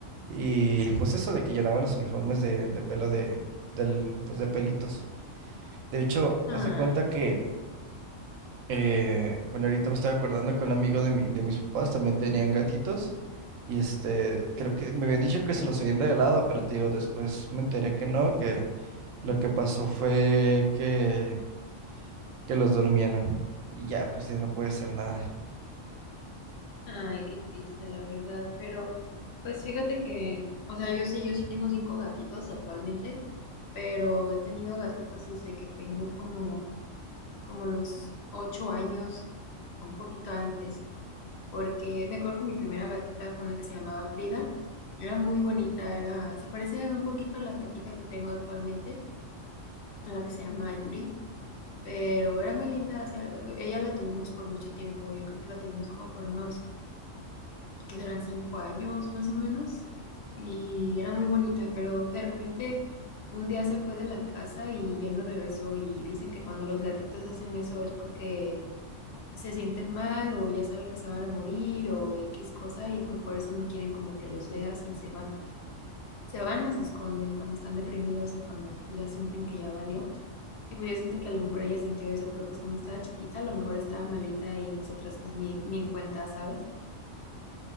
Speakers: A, on the right; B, on the left.
A: Y pues eso de que llenaban los uniformes de, de pelo de, del, pues de pelitos. De hecho,
B: Ay,
A: haz de cuenta que, eh, bueno, ahorita me estoy acordando que un amigo de, mi- de mis papás también tenían gatitos. Y este, creo que me habían dicho que se los habían regalado, pero te digo, después me enteré que no, que lo que pasó fue que que los durmieron. Y ya, pues ya no puede hacer nada.
B: ay, qué triste, la verdad. Pero, pues fíjate que, o sea, yo sí, yo sí tengo cinco gatitos actualmente, pero he tenido gatitos desde que tengo como, como los ocho años, o un poquito antes, porque me acuerdo que mi primera gatita fue una que se llamaba Frida. Era muy bonita, era, se parece un poquito a la gatita que tengo actualmente, a la que se llama Yuri. pero era muy linda. o sea, la- ella la tuvimos por mucho tiempo, yo creo que la tuvimos como por unos, que serán cinco años más o menos, y era muy bonita, pero de repente un día se fue de la casa y ya no regresó y dicen que cuando los gatitos hacen eso es porque se sienten mal o ya saben que se van a morir o X cosa y pues por eso no quieren como que los veas y se van. Se van o se esconden cuando están deprimidos o cuando pues, ya sienten que ya valió. Y pues yo siento que a lo mejor ella sintió eso, pero pues como estaba chiquita, a lo mejor estaba malita y nosotras pues ni, ni en cuenta, ¿sabes?